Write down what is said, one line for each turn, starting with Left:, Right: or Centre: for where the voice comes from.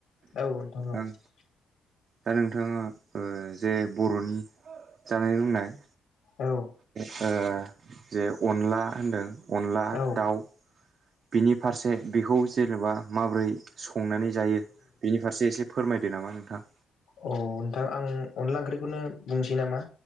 Left: औ नोंथां औ
Right: आं। दा नोंथाङा ओ जे बर'नि जानाय लोंनाय।
Left: औ
Right: ज जे अनला होनदों अनला
Left: औ
Right: दाउ। बिनि फारसे बेखौ जेनेबा माबोरै। संनानै जायो बिनि फारसे एसे फोरमायदो नामा नोंथां।
Left: औ नोंथां आं अनला ओंख्रिखौनो बुंसै नामा।